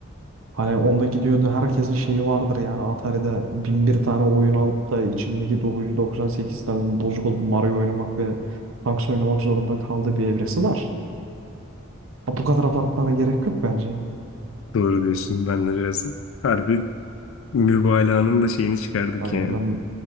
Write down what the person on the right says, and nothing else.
Hani onda gidiyordu herkesin şeyi vardır yani Atari'de bin bir tane oyun alıp da içindeki 998 tane bozuk olup Mario oynamak ve Tanks oynamak zorunda kaldığı bir evresi var. Bu kadar abartmana gerek yok bence.
Ben,
ben,